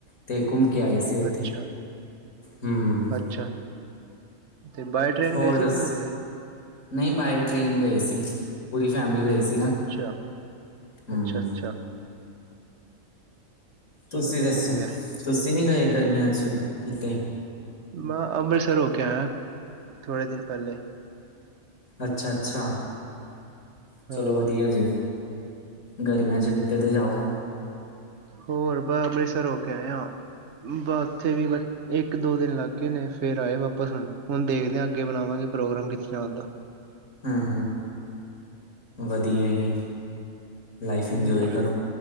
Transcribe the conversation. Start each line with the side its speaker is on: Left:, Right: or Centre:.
Left: ਤੇ ਘੁੰਮਕੇ ਆਏ ਸੀ ਉੱਥੇ,
Right: ਅੱਛਾ
Left: ਹੂੰ।
Right: ਅੱਛਾ ਤੇ ਬਾਏ ਟ੍ਰੇਨ
Left: ਹੋਰ
Right: ਗਏ ਸੀ,
Left: ਦੱਸ
Right: ਕਿਵੇਂ ਗਏ ਸੀ?
Left: ਨਹੀਂ ਬਾਏ ਟ੍ਰੇਨ ਗਏ ਸੀ, ਪੂਰੀ ਫੈਮਿਲੀ ਗਏ ਸੀ। ਨਾ
Right: ਅੱਛਾ,
Left: ਹਮ
Right: ਅੱਛਾ-ਅੱਛਾ।
Left: ਤੁਸੀਂ
Right: ਚਲੋ
Left: ਦੱਸੋ,
Right: ਵਧੀਆ
Left: ਤੁਸੀਂ ਨਹੀਂ ਗਏ ਗਰਮੀਆਂ 'ਚ ਕਿਤੇ?
Right: ''ਮੈਂ ਅੰਮ੍ਰਿਤਸਰ ਹੋਕੇ ਆਇਆਂ, ਥੋੜੇ ਦਿਨ ਪਹਿਲੇ।
Left: ਅੱਛਾ-ਅੱਛਾ, ਚਲੋ
Right: ਹਾਂ
Left: ਵਧੀਆ ਜੀ। ਗਰਮੀਆਂ 'ਚ ਕਿੱਤੇ ਤਾਂ ਜਾਓ।
Right: ਹੋਰ ਬ ਅੰਮ੍ਰਿਤਸਰ ਹੋਕੇ ਆਏ ਆਂ, ਬ ਉੱਥੇ ਵੀ ਇੱਕ-ਦੋ ਦਿਨ ਲੱਗ ਗਏ ਨੇ, ਫੇਰ ਆਏ ਵਾਪਸ ਹੁਣ, ਹੁਣ ਦੇਖਦੇ ਆਂ ਅੱਗੇ ਬਣਾਵਾਂਗੇ ਪ੍ਰੋਗਰਾਮ ਕਿੱਥੇ ਜਾਣ ਦਾ।
Left: ਹੂੰ, ਹੂੰ ਵਧੀਆ ਈ, ਲਾਈਫ ਇੰਜੋਏ
Right: ਹੋਰ
Left: ਕਰੋ।